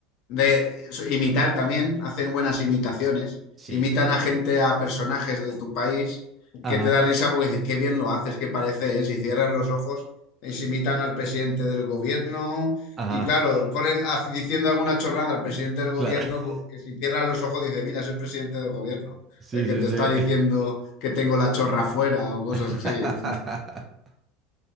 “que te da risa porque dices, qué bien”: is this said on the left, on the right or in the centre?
Left